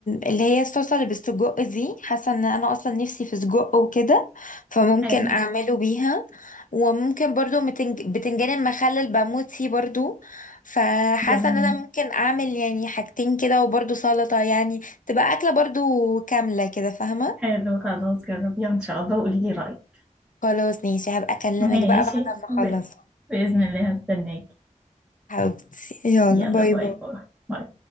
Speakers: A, on the left (about 80°); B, in the centre.
A: اللي هي الصلصه اللي بالسجق دي حاسه ان انا اصلا نفسي في سجق وكده فممكن
B: حلو
A: اعمله بيها وممكن برضو متنج... بتنجان المخلل بموت فيه برضو فحاسه
B: جميل
A: ان انا ممكن اعمل يعني حاجتين كده وبرضو سلطه يعني تبقى اكله برضو كامله كده فاهمه
B: حلو خلاص جربيها ان شاء الله وقولي لي رأيك
A: خلاص ماشي هبقى اكلمك
B: ماشي
A: بقى بعد ما اخلص
B: ب... بإذن الله هستناك
A: حبيبتي يلا
B: يلا
A: باي
B: باي
A: باي
B: باي باي